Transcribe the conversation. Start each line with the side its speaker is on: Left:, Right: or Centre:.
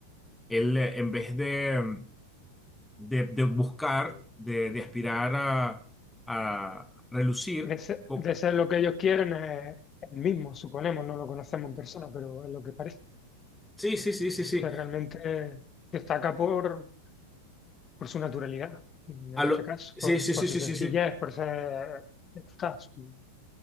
Centre: él, eh, en vez de, de, de buscar, de, de aspirar a, a relucir,
Left: De ser,
Centre: co-
Left: de ser lo que ellos quieren es el mismo, suponemos, no lo conocemos en persona, pero es lo que parece.
Centre: sí, sí, sí, sí, sí,
Left: Entonces, realmente destaca por, por su naturalidad, en
Centre: a lo-
Left: este caso,
Centre: sí,
Left: por,
Centre: sí,
Left: por
Centre: sí,
Left: su
Centre: sí,
Left: sencillez,
Centre: sí, sí.
Left: por ser... ya está, su-